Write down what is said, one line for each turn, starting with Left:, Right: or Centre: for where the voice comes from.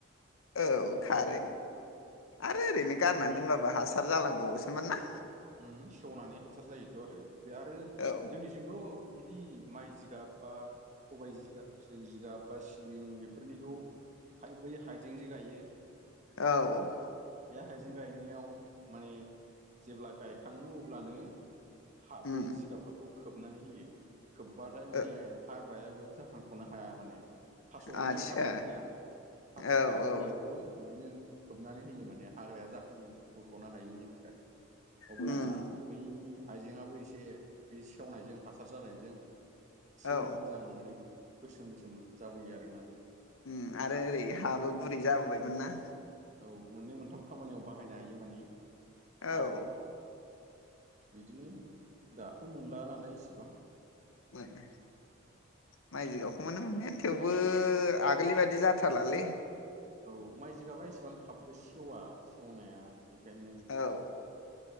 Left: औ खारै आरो ओरैनो गारनानै दोनबाबो हासार जालांबावोसोमोन ना?
Right: उम सेवनानै हासार जायोथ' आरो बे आरो
Left: औ
Right: जोंनिजोंंथ' बिदि माइ जिगाब बा सबाय जिगाब जिगाब बा सिबिं बेफोरनिखौ हाइ बै हाइजें जे गायो
Left: औ
Right: बे हाइजें गायनायाव माने जेब्ला गायखाङो अब्लानो हा
Left: उम
Right: बे जिगाबफोरखौ खोबनानै होयो खोबबाथाय माने
Left: ओ
Right: हाग्राया बेयाव जाखांख'नो हाया माने। थास'आवबो
Left: आदसा
Right: पासमुखिया थास'
Left: औ
Right: पासमुखियावबो
Left: औ
Right: बिदिनो खोबनानै होयोमोन। माने हाग्राया जाखां बोख'नो हायिनि थाखाय अब्लाना
Left: उम
Right: बैनि हाइजेङाबो एसे बे सेवनायजों हासार जानायजों एसे
Left: औ
Right: मोजां मोनो गोसोम गोसोम जाबोयो आरोना।
Left: उम आरो ओरै
Right: माने
Left: हाबो गुरै जाबोबायमोन ना
Right: औ मोननै मोनथाम खामानियाव बाहायनो हायो माने।
Left: औ
Right: आव बिदिनो दाथ' मोनला नालाय एसेबां
Left: मोनो माइ जिगावखौ मोनोमोनाया थेवबो थेवबो आगोलनि बायदि जाथारलालै।
Right: औ माइ जिगाबा एसेबां थाबबो सेवा सेवनाया बेखायनो।
Left: औ